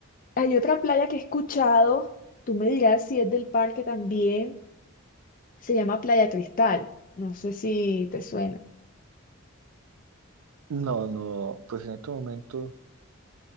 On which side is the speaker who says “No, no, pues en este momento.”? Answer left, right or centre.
Right